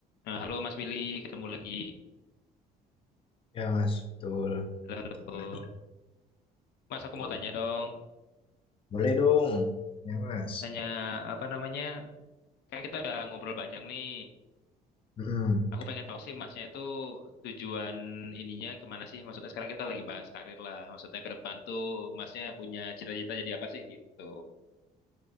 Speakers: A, on the left (about 80°); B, on the left (about 30°).
A: Nah, halo Mas Willy, ketemu lagi.
B: Ya mas, betul.
A: Halo,
B: Bertemu
A: halo.
B: lagi.
A: Mas,
B: Betul.
A: aku mau tanya dong.
B: Boleh dong, ya mas.
A: Tanya apa namanya? Kan kita udah ngobrol panjang nih.
B: Mm-mm.
A: Aku pengen tahu sih Masnya itu tujuan ininya kemana sih? Maksudnya sekarang kita lagi bahas karir lah. Maksudnya ke depan tuh Masnya punya cita-cita jadi apa sih gitu?